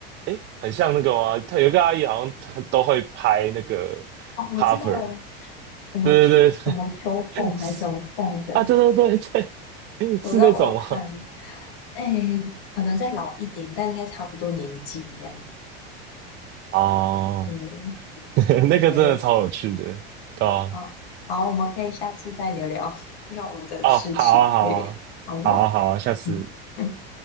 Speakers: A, on the right (about 35°); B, on the left (about 70°).
A: 哎，很像那个吗？她有一个阿姨好像她都会拍那个
B: 哦，我知道
A: cover，
B: 什么秋什么秋凤还是什么凤的，
A: 对对对对，啊，对对对对，
B: 我知道我有看，
A: 是那种吗？
B: 哎，可能再老一点，但应该差不多年纪一样，
A: 哦，
B: 对，
A: <laughs>
B: 我觉得蛮有趣。
A: 那个真的超有趣的，对啊
B: 好，好，我们可以下次再聊聊跳舞的事情。
A: 哦，好啊好啊好啊好啊，
B: 耶，好哦，
A: 下次。
B: 嗯。嗯